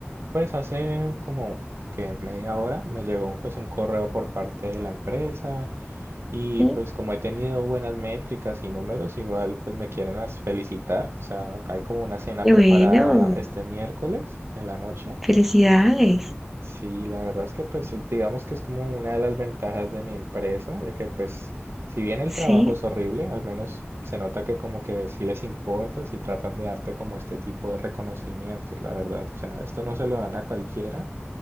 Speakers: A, on the right (about 70°); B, in the centre.
A: Pues hace como que media hora me llegó pues un correo por parte de la empresa y
B: Sí,
A: pues como he tenido buenas métricas y números, igual pues me quieren as- felicitar. O sea, hay como una cena
B: Y
A: preparada
B: bueno,
A: este miércoles en la noche.
B: felicidades.
A: Sí, la verdad es que pues es- digamos que es como una de las ventajas de mi empresa, de que pues si bien el trabajo
B: Sí,
A: es horrible, al menos se nota que como que sí les importa, si tratan de darte como este tipo de reconocimientos, la verdad. O sea, esto no se lo dan a cualquiera